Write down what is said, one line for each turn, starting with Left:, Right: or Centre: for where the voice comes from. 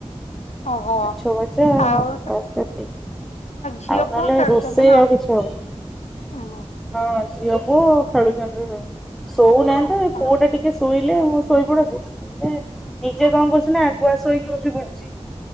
Left: ଓହୋ
Centre: ମାଛ ଭଜା
Left: ଆଉ
Centre: ହବ ବାସ
Left: ତ
Centre: ସେତିକ।
Left: ଝିଅ
Centre: ଆଉ ନହେଲେ
Left: ପୁଅ ଖେଳୁଛନ୍ତି
Centre: ରୋଷେଇ
Left: ନା
Centre: ଆଉ କିଛି ହ।
Left: ଓହୋ।
Centre: ହଁ ଝିଅ ପୁଅ ଖେଳୁଛନ୍ତି ଶୋଉନାହାନ୍ତି ଏ
Left: ଓହୋ
Centre: ପୁଅଟା ଟି ଟିକେ ଶୋଇଲେ ମୁଁ ଶୋଇ ପଡନ୍ତି ଇଏ ନିଜେ କଣ କରୁଛି ନା ଆଗୁଆ ଶୋଇକି ଉଠି ପଡୁଛି।